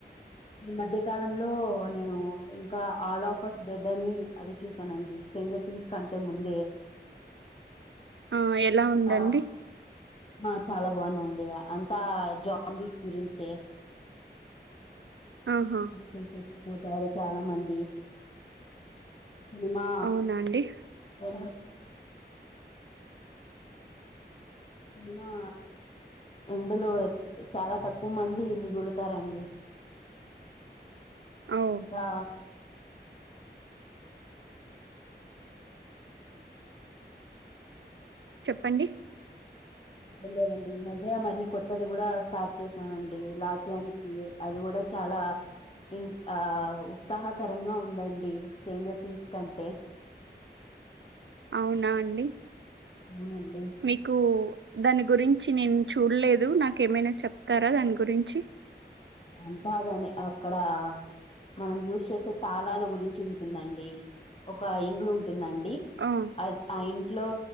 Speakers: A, on the left; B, on the right.
A: ఈ మధ్య కాలంలో నేను ఇంకా ఆల్ ఆఫర్స్ డెడ్ అని అది చూసానండి స్ట్రెంజర్ థింగ్స్ కంటే ముందే
B: ఆ ఎలా
A: ఇంకా
B: ఉందండి
A: ఆ చాలా బాగుందండి అంతా జాంబీస్ గురించే
B: ఆహా
A: మనుషు లు సచ్చిపోతారు చాలా మంది సినిమా
B: అవునా అండి
A: వె అనా ఎందులో చాలా తక్కువ మంది మిగులుతారండి
B: ఓ
A: ఇంకా
B: చెప్పండి
A: అ రండి మధ్య్ మళ కొ అది కూడా స్టార్ట్ చేశానండి లాక అ అది కూడా చాలా ఇ ఆ ఉత్సాహకరంగా ఉందండి తేంజర్ థింగ్స్ కంటే
B: అవునా అండి
A: అవునండి
B: మీకు దాని గురించి నేను చూడలేదు నాక ఏమైనా చెప్తారా దాని గురి గురించి
A: అంతగాని అక్కడ మనం యూజ్ చేసే తాళాల గురించి ఉంటుందండి ఒక ఇండ్లు ఉంటు ఉంటుందండి
B: ఆ
A: అ అయి ఇంలో